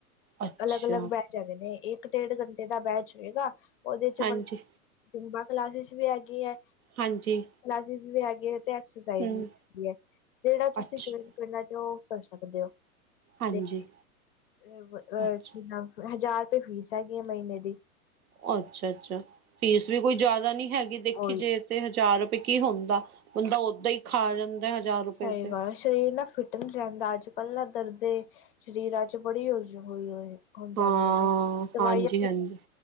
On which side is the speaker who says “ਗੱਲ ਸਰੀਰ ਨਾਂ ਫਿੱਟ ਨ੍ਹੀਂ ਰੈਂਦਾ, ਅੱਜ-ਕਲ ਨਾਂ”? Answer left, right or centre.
Left